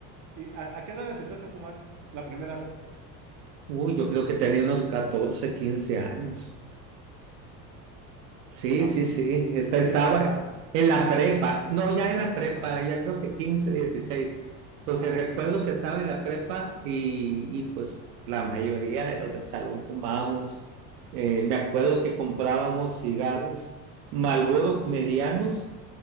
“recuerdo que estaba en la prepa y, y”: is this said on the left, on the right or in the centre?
Right